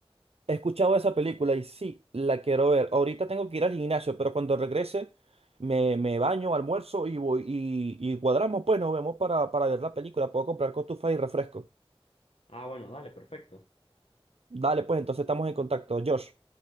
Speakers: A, on the right (about 80°); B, on the left (about 70°).
A: He escuchado esa película y sí, la quiero ver. Ahorita tengo que ir al gimnasio, pero cuando regrese me, me baño, almuerzo y voy y, y cuadramos, pues nos vemos para, para ver la película. Puedo comprar cotufas y refresco.
B: Ah, bueno, dale, perfecto.
A: Dale, pues entonces estamos en contacto. Josh,